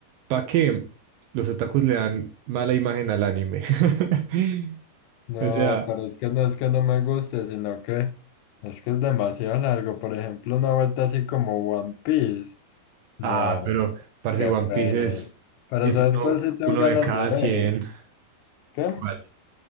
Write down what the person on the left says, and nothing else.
no,
pero es que no es que no me guste, sino que es que es demasiado largo. Por ejemplo, una vuelta así como One Piece. No,
qué
pereza.
Pero
¿sabes
cuál sí tengo
ganas
de ver?
¿Qué?